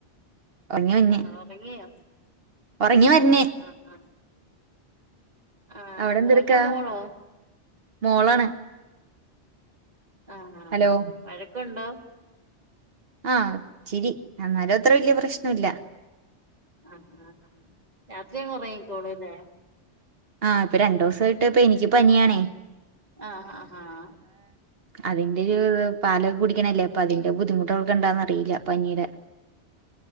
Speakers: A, on the right; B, on the right.
A: ഉറങ്ങി വന്നേ
B: ആഹ് ഉറങ്ങിയോ
A: ഉറങ്ങി വർന്ന്
B: ആഹ് ആഹ് ആഹ്
A: അവിടെന്തെടുക്കാ
B: മോനോ മോളോ
A: മോളാണ്
B: ആ ആ
A: ഹലോ
B: ആ വഴക്കുണ്ടോ
A: ആ ച്ചിരി അന്നര അത്ര വല്ിയ പ്രശ്ന ഇല്ല
B: ആഹ് ആഹ് ആഹ് രാത്രി അങ്ങ് ഉറങ്ങിക്കോളൂല്ലേ
A: ആ ഇപ്പൊ രണ്ടു ദിവസമായിട്ട് ഇപ്പ എനിക്ക് പനിയണേ
B: ആ ആഹ് ആഹ്
A: അതിന്റെ ഒരു പാലൊ കുടിക്കണല്ലേ അപ്പൊ അതിന്റെ ബുദ്ധിമുട്ടൊക്കെണ്ടാന്ന് അറിയില്ല പനീുടെ